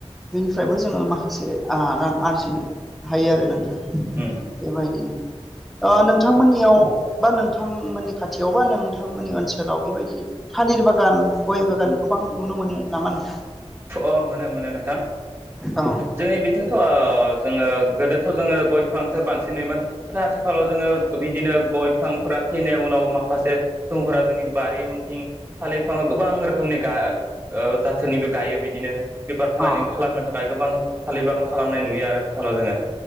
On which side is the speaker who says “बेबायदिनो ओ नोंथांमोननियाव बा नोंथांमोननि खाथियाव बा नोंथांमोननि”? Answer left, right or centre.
Centre